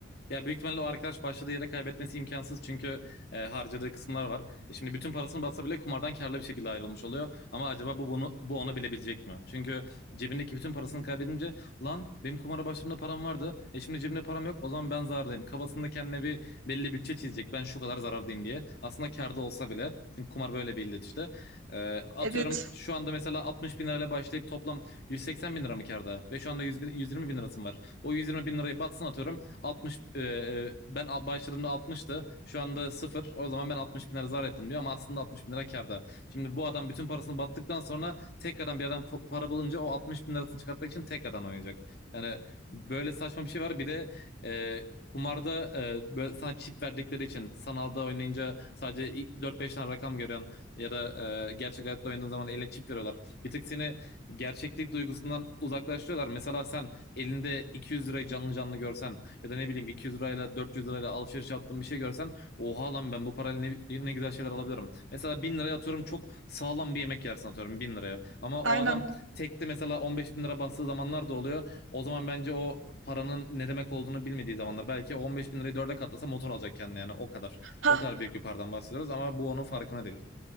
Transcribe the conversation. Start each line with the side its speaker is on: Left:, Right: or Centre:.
Left: Ya büyük ihtimalle o arkadaş başladığı yere kaybetmesi imkansız çünkü e, harcadığı kısımlar var. E, şimdi bütün parasını batsa bile kumardan karlı bir şekilde ayrılmış oluyor. Ama acaba bu bunu bu ona bilebilecek mi? Çünkü cebindeki bütün parasını kaybedince lan benim kumara başladığımda param vardı. E şimdi cebimde param yok. O zaman ben zarardayım. Kafasında kendine bir belli bütçe çizecek. Ben şu kadar zarardayım diye. Aslında karda olsa bile. Çünkü kumar böyle bir illet işte. E, atıyorum
Right: Evet,
Left: şu anda mesela 60 bin lirayla başlayıp toplam 180 bin lira mı karda? Ve şu anda 100 bin- 120 bin lirasım var. O 120 bin lirayı batsın atıyorum. Altmış e, e, ben al- başladığımda 60'tı. Şu anda 0. O zaman ben 60 bin lira zarar ettim diyor ama aslında 60 bin lira kârda. Şimdi bu adam bütün parasını battıktan sonra tekrardan bir yerden para bulunca o 60 bin lirasını çıkartmak için tekrardan oynayacak. Yani böyle saçma bir şey var. Bir de e, Kumarda e, böyle sana çip verdikleri için sanalda oynayınca sadece dört 4-5 tane rakam görüyorsun ya da e, gerçek hayatta oynadığın zaman eline çip veriyorlar. Bir tık seni gerçeklik duygusundan uzaklaştırıyorlar. Mesela sen elinde 200 lirayı canlı canlı görsen ya da ne bileyim 200 lirayla 400 lirayla alışveriş yaptığın bir şey görsen oha lan ben bu parayla ne, ne güzel şeyler alabilirim. Mesela 1000 liraya atıyorum çok sağlam bir yemek yersin atıyorum 1000 liraya. Ama o
Right: aynen.
Left: adam tekte mesela 15 bin lira bastığı zamanlar da oluyor. O zaman bence o paranın ne demek olduğunu bilmediği zamanlar. Belki 15 bin lirayı dörde katlasa motor alacak kendine yani o kadar.
Right: Ha
Left: O kadar büyük bir paradan bahsediyoruz ama bu onun farkına değil.